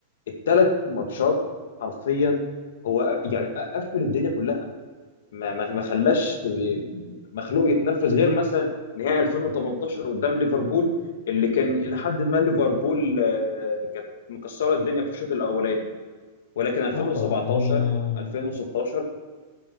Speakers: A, on the left; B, on the left.
A: الثلاث ماتشات حرفيا هو أ- يعني أ- قفل الدنيا كلها ما ما ما خلاش مخلوق يتنفس غير مثلا نهائي 2018 قدام ليفربول اللي كان إلى حد ما ليفربول آه، كانت مكسرة الدنيا في الشوط الأولاني ولكن 2017
B: اه يعني اه,
A: 2016